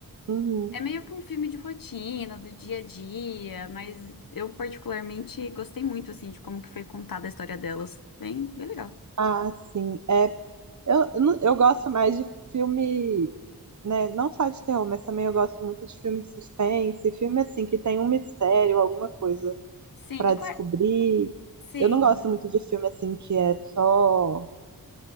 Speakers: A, on the right; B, on the left.
A: Uhum.
B: É meio que um filme de rotina, do dia a dia, mas eu particularmente gostei muito, assim, de como que foi contada a história delas. Bem, bem legal.
A: Ah, sim. É, eu, eu não- eu gosto mais de filme, né? Não só de terror, mas também eu gosto muito de filme de suspense, filme assim que tem um mistério, alguma coisa
B: Sim,
A: para
B: e
A: descobrir.
B: qual... é, Sim.
A: Eu não gosto muito de filme assim que é só